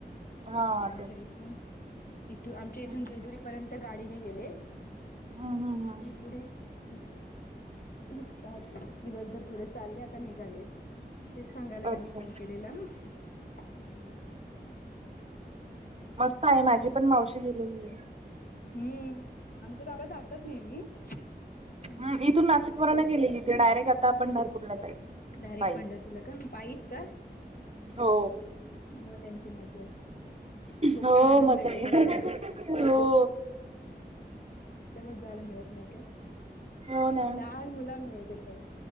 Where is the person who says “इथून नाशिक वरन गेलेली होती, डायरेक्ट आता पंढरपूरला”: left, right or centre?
Right